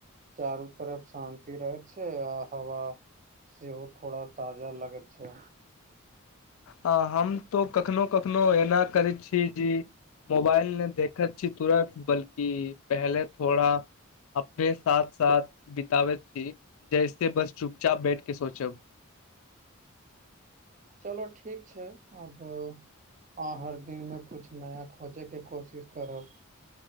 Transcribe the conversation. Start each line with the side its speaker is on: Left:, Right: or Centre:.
Right: चारू तरफ शान्ति रहै छै। आ हवा। सेहो थोड़ा ताजा लगैत छै।
Left: आ हम तो कखनो कखनो एना करैत छीय जी। मोबाइल नहि देखैत छी। तुरत बल्कि पहले थोड़ा। अपने साथ साथ बितबैत छी। जैसे बस चुपचाप बैठ के सोचब।
Right: चलो ठीक छै। आब। आह हर दिनमे किछु नया खोजैके कोशिश करब।